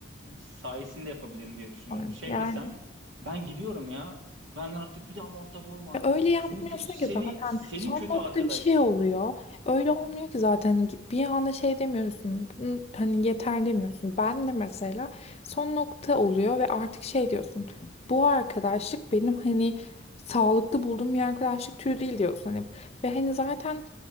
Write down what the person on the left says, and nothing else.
Sanırım.
yani
Ya Öyle yapmıyorsun
ki zaten
son
nokta
bir şey oluyor. Öyle olmuyor ki zaten bir anda şey demiyorsun. "Bunu- Hani yeter demiyorsun. Ben de mesela son nokta oluyor ve artık şey diyorsun. Bu arkadaşlık benim hani sağlıklı bulduğum bir arkadaşlık türü değil diyorsun. Hani, ve hani zaten